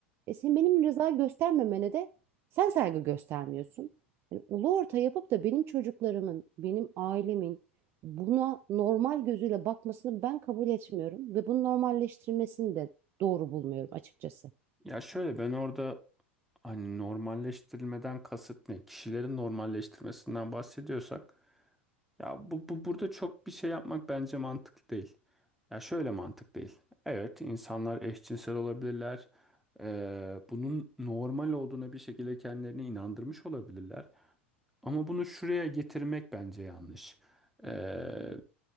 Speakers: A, on the right (about 35°); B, in the centre.
A: E sen benim rıza göstermemene de sen saygı göstermiyorsun. Yani ulu orta yapıp da benim çocuklarımın, benim ailemin, buna normal gözüyle bakmasını ben kabul etmiyorum ve bunu normalleştirmesini de doğru bulmuyorum açıkçası.
B: Ya şöyle ben orada Hani normalleştirilmeden kasıt ne? Kişilerin normalleştirmesinden bahsediyorsak ya bu, bu burada çok bir şey yapmak bence mantıklı değil. Ya şöyle mantık değil. Evet insanlar eşcinsel olabilirler. Ee, bunun normal olduğuna bir şekilde kendilerini inandırmış olabilirler. Ama bunu şuraya getirmek bence yanlış. Ee,